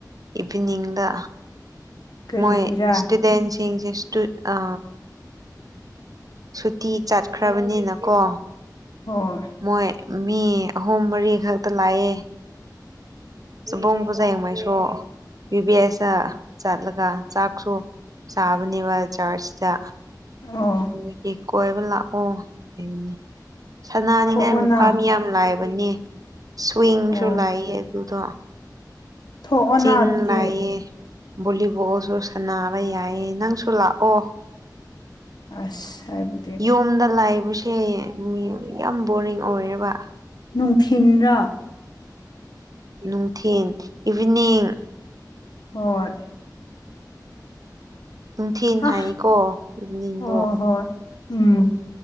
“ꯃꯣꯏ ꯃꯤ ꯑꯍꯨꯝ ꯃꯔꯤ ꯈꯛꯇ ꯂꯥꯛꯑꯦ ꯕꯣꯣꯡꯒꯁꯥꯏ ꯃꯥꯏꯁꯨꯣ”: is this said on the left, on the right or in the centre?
Right